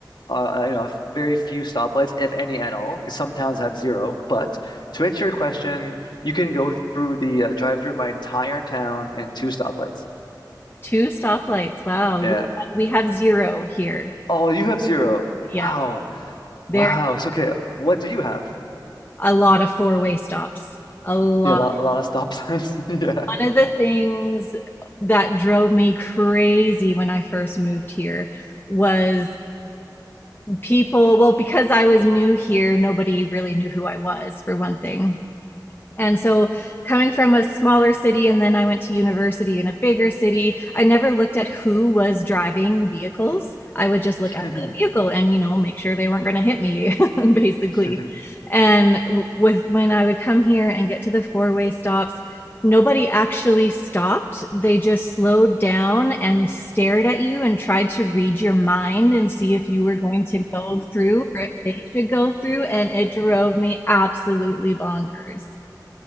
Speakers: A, on the left; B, on the left.
A: uh you know very few stoplights if any at all. 'cause some towns have zero. But to answer your question, you can go through the uh, drive through my entire town and two stoplights.
B: Two stoplights. Wow.
A: Yeah.
B: We we have zero here.
A: Oh, you have zero.
B: Yeah.
A: Wow. Wow.
B: There
A: So okay. What do you have?
B: a lot of four-way stops. A lot.
A: Yeah, a lot, a lot of stop signs. <laughs>
B: One of the things that drove me crazy when I first moved here was people, well, because I was new here, nobody really knew who I was, for one thing. And so, coming from a smaller city, and then I went to university in a bigger city, I never looked at who was driving vehicles. I would just look at
A: Yeah.
B: the vehicle and, you know, make sure they weren't going to hit me, <laughs> basically.
A: <laughs>
B: And w- with when I would come here and get to the four-way stops, nobody actually stopped. They just slowed down and stared at you and tried to read your mind and see if you were going to go through or if they should go through. And it drove me absolutely bonkers.